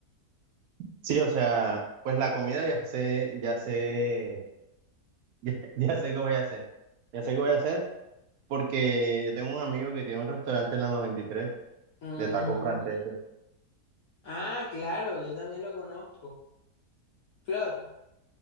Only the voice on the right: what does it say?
Sí, o sea, pues la comida ya sé, ya sé, <laughs> ya, ya sé qué voy a hacer. Ya sé qué voy a hacer porque yo tengo un amigo que tiene un restaurante en la 93
de tacos franceses.